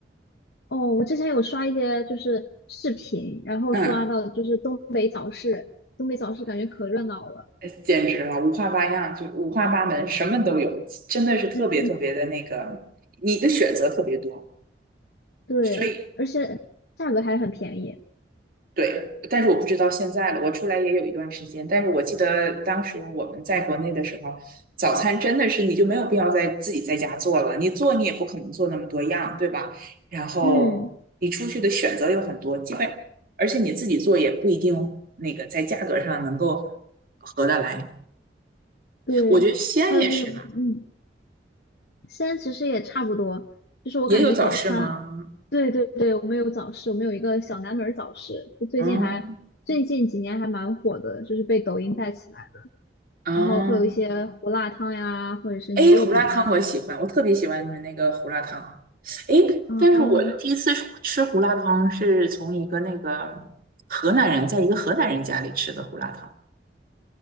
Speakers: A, on the left; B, on the right.
A: 哦，我之前有刷一些就是视频，然后刷到就是东北早市，
B: 嗯，
A: 东北早市感觉可热闹了。
B: 呃简直了，五花八样，就五花八门，什么都有，真的是特别特别的那个，
A: 嗯，
B: 你的选择特别多，
A: 对，
B: 所以。
A: 而且价格还很便宜。
B: 对，但是我不知道现在了。我出来也有一段时间，但是我记得当时我们在国内的时候，早餐真的是你就没有必要在自己在家做了，你做你也不可能做那么多样，对吧？然后你出去的选择有很多，
A: 嗯，
B: 基本而且你自己做也不一定那个在价格上能够合得来。
A: 对，
B: 我觉得西安也是吧，
A: 还有那种，嗯，西安其实也差不多，就是我感觉早餐，
B: 也有早市吗？
A: 对对对，我们有早市，我们有一个小南门儿早市，就最近还最近几年还蛮火的，
B: 嗯
A: 就是被抖音带起来的。
B: 嗯，
A: 然后会有一些胡辣汤呀，或者是牛肉饼啊
B: 哎，胡辣汤我喜欢，我特别喜欢你们那个胡辣汤。哎，
A: 啊。
B: 但是我第一次吃胡辣汤是从一个那个河南人，在一个河南人家里吃的胡辣汤。